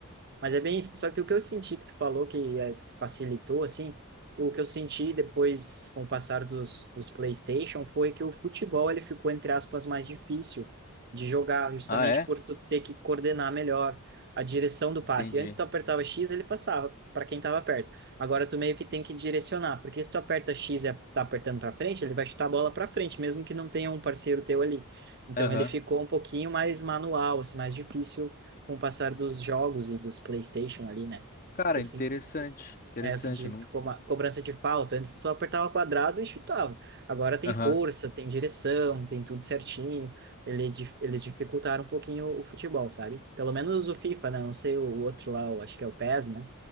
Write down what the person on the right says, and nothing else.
Mas é bem isso. Só que o que eu senti que tu falou que eh, facilitou, assim, o que eu senti depois com o passar dos, dos PlayStation foi que o futebol ele ficou, entre aspas, mais difícil de jogar, justamente
por tu ter que coordenar melhor a direção do
passe. Antes tu apertava X, ele passava para quem estava perto. Agora tu meio que tem que direcionar, porque se tu aperta X e tá apertando para frente, ele vai chutar a bola para frente, mesmo que não tenha um parceiro teu ali. Então
ele ficou um pouquinho mais manual, assim, mais difícil com o passar dos jogos e dos PlayStation ali, né?
Eu
senti,
é, eu senti
que
ficou uma cobrança de falta. Antes só apertava quadrado e chutava. Agora tem
força, tem direção, tem tudo certinho. Ele, dif- eles dificultaram um pouquinho o futebol, sabe? Pelo menos o FIFA, né? Não sei o outro lá, eu acho que é o PES, né?